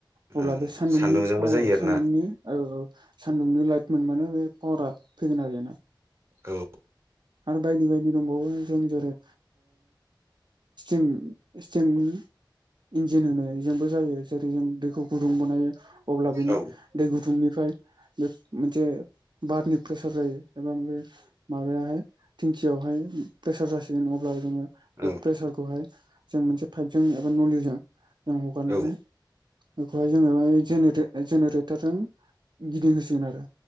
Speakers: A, on the right; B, on the right.
A: अब्ला
B: ओं
A: बे सान्दुंनि
B: सान्दुंजोंबो जायो आरोना
A: सान्दुंनि औ-औ सानदुंनि लाइट मोनबानो बे पावारा फैगोन आरो बिनाव
B: औ।
A: बायदि बायदि दंबावो जों जेरैं ओ <unintelligible> इन्जिन होनो बेजोंबो जायो जेरै जों दैखौ गुदुं बानायो अब्ला बेनि
B: औ
A: दै गुदुंनिफ्राय मोनसे बारनि प्रेसार जायो एबा बे माबायाहाय थिंखियावहाय प्रेसार जासिगोन अब्ला जोङो बे
B: औ अ
A: प्रेसारखौहाय जों मोनसे फाइभजों एबा नलिजों जों हगारनानै
B: औ
A: बेखौहाय जोङो जेनेरेटरजों गिदिंहोसिगोन आरो।